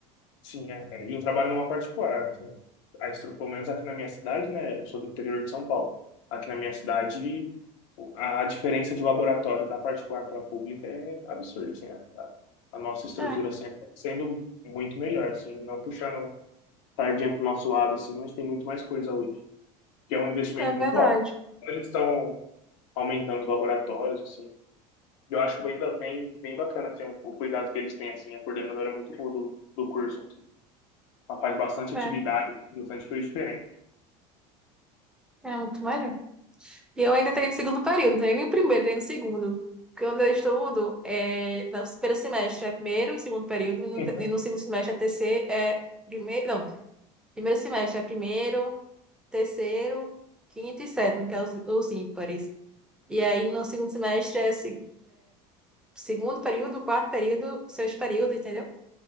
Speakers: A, on the left (about 75°); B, in the centre.
A: Sim, é. é. E eu trabalho numa particular. assim. A estrutura, pelo menos aqui na minha cidade, né? Eu sou do interior de São Paulo. Aqui na minha cidade, o- a diferença de laboratório da particular para a pública é absurda, assim. A, a- a nossa estrutura,
B: É,
A: assim, é sendo muito melhor, assim. Não puxando sardinha para o nosso lado, assim, mas tem muito mais coisa hoje. Que é um investimento
B: é verdade.
A: muito alto. Então, Eles estão aumentando os laboratórios, assim. Eu acho ainda bem, bem bacana, assim, o, o cuidado que eles têm, assim. A coordenadora é muito boa do, do curso. Ela faz bastante
B: É,
A: atividade, bastante coisa diferente.
B: é muito melhor. E eu ainda tenho no segundo período, não tenho nem o primeiro, nem no segundo. Porque onde eu estudo, é, no primeiro semestre é primeiro e segundo período, e no,
A: Uhum.
B: te- e no segundo semestre é terceiro, é primeiro, não, primeiro semestre é primeiro, terceiro, quinto e sétimo, que é os, os ímpares. E aí, no segundo semestre, é se- segundo período, quarto período, sexto período, entendeu?